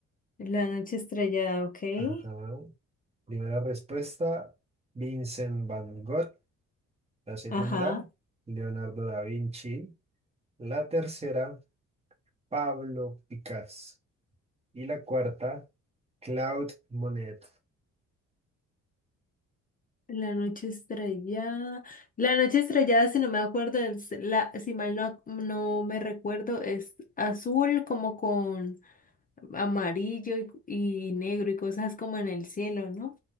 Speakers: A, on the left (about 30°); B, on the right (about 20°).
A: La noche estrellada, ok.
B: Ajá. Primera respuesta, Vincent Van Gogh. La segunda,
A: Ajá.
B: Leonardo da Vinci. La tercera, Pablo Picasso. Y la cuarta, Claude Monet.
A: La noche estrellada. La noche estrellada, si no me acuerdo, es la, si mal no, no me recuerdo, es azul como con amarillo y, y negro y cosas como en el cielo, ¿no?